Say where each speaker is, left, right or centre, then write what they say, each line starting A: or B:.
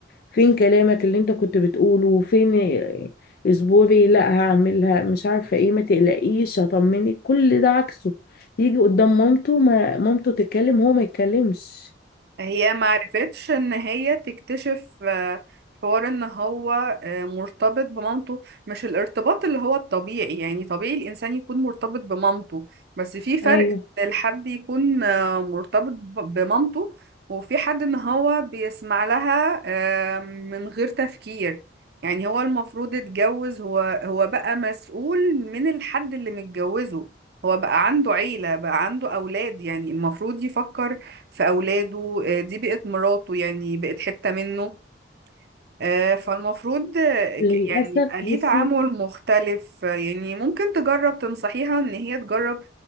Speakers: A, on the left; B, on the right.
A: فين كلامك اللي انت كنت بتقوله فين اصبري لا هعملها مش عارفه ايه ما تقلقيش هطمنك كل ده عكسه يجي قدام مامته ما مامته تتكلم هو ما يتكلمش
B: هي معرفتش ان هي تكتشف آه، حوار ان هو آه، مرتبط بمامته مش الارتباط اللي هو الطبيعي يعني طبيعي الانسان يكون مرتبط بمامته بس في فرق
A: ايوه
B: ان الحد يكون آه، مرتبط ب- بمامته وفي حد ان هو بيسمع لها آه، من غير تفكير يعني هو المفروض اتجوز هو هو بقى مسؤول من الحد اللي متجوزه هو بقى عنده عيلة بقى عنده أولاد يعني المفروض يفكر في أولاده آه، دي بقت مراته يعني بقت حتة منه آه، فالمفروض آه، ك-
A: وللاسف
B: يعني يبقى ليه
A: بصي
B: تعامل مختلف آه، يعني ممكن تجرب تنصحيها إن هي تجرب